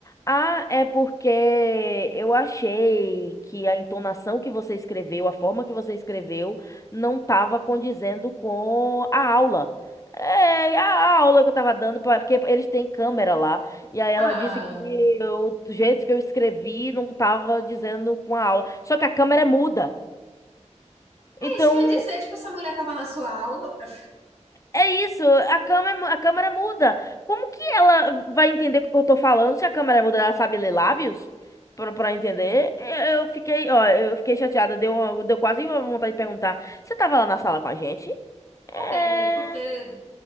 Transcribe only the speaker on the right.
Ah,
é isso que eu ia dizer, tipo, essa mulher tava na sua aula pra...
É, né, porque...